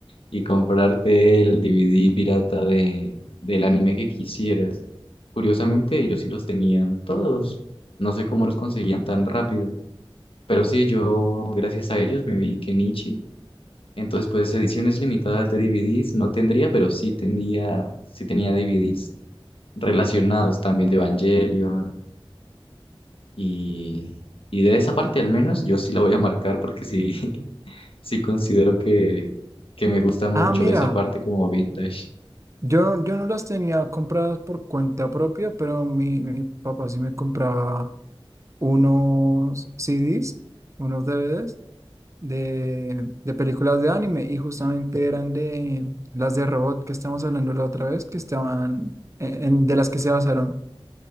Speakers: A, on the left (about 75°); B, on the right (about 30°).
A: y comprarte el DVD pirata de, del anime que quisieras. Curiosamente, ellos sí los tenían todos. No sé cómo los conseguían tan rápido. Pero sí, yo, gracias a ellos, me vi Kenichi. Entonces, pues ediciones limitadas de DVDs no tendría, pero sí tenía, sí tenía DVDs relacionados también de Evangelion y, y de esa parte al menos yo sí la voy a marcar porque sí, <laughs> sí considero que, que me gusta mucho
B: Ah, mira,
A: esa parte como vintage.
B: yo, yo no las tenía compradas por cuenta propia, pero mi, mi papá sí me compraba unos CDs, unos DVDs de, de películas de anime y justamente eran de las de robot que estábamos hablando la otra vez, que estaban en, en- de las que se basaron